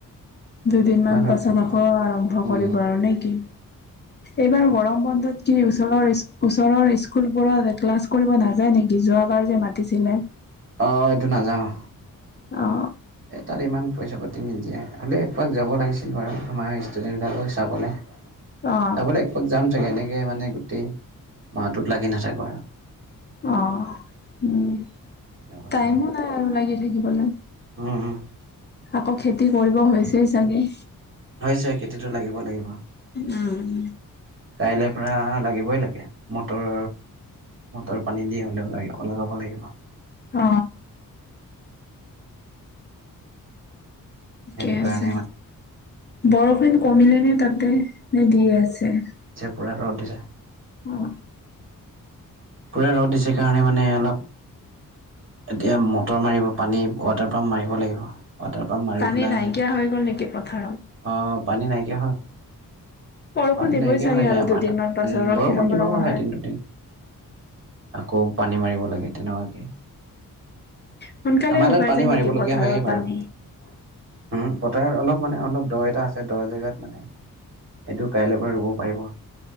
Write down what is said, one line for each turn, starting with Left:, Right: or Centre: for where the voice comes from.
Left: দুদিনমান
Right: ৰখি
Left: পাছত
Right: পেলাই
Left: আকৌ আৰম্ভ
Right: উম
Left: কৰিব আৰু নে কি? এইবাৰ গৰম বন্ধত কি ওচৰৰ ওচৰৰ স্কুলবোৰত এ ক্লাছ কৰিব নাযায় নেকি যোৱাবাৰ যে মাতিছিলে।
Right: অ এইটো নাযাওঁ।
Left: অ
Right: এই তাত ইমান পইচা পাতি নিদিয়ে হ'লে একোপাক যাব লাগিছিল বাৰু আমাৰ ষ্টুডেণ্টবিলাকো চাবলৈ
Left: অ
Right: চাবলৈ একবাক যাম চাগে এনেকে, মানে গোটেই মাহটোত লাগি নাথাকো আৰু
Left: অ উম
Right: তেনেকুৱাকে
Left: টাইমো
Right: মানে
Left: নাই আৰু লাগি থাকিবলৈ
Right: উম উম
Left: আকৌ খেতি কৰিব হৈছেই চাগে।
Right: হৈছে খেতিটো লাগিব লাগিব।
Left: উম!
Right: কাইলৈ পৰা লাগিবই লাগে মটৰ মটৰ পানী দি হ'লেও ল লগাব লাগিব।
Left: অ! ঠিকে
Right: সেইটো কাৰণে
Left: আছে
Right: মানে
Left: বৰষুণ কমিলে নে তাত দি আছে।
Right: পূৰা কৰা ৰট দিছে
Left: উম!
Right: পূৰা ৰ'দ দিছে কাৰণে মানে অলপ এতিয়া মটৰ মাৰিব পানী ৱাটাৰ পাম্প মাৰিব লাগিব। ৱাটাৰ পাম্প মাৰি
Left: পানী
Right: পেলাই
Left: নাইকিয়া হৈ গ'ল নেকি পথাৰত?
Right: আহ পানী নাইকিয়া হ'ল।
Left: বৰষুণ
Right: পানী
Left: দিবই
Right: নাইকিয়া
Left: চাগে
Right: হৈ
Left: আৰু
Right: যায় আমাৰ
Left: দুদিনমান
Right: তাত
Left: পাছত
Right: উম
Left: ৰখি
Right: বৰষুণ
Left: ল'ব
Right: দিব
Left: লগা
Right: হয় এদিন দুদিন, আকৌ পানী মাৰিব লাগে তেনেকুৱাকে
Left: সোনকালে
Right: আমাৰ
Left: শুকাই
Right: তাত পানী
Left: যায়
Right: মাৰিবলগীয়া
Left: নেকি পথাৰৰ
Right: হয়েই বাৰু
Left: পানী?
Right: তাৰ অলপ মানে অলপ দহ এটা আছে দহ জেগাত মানে এইটো কাইলৈ পৰা ৰুব পাৰিব।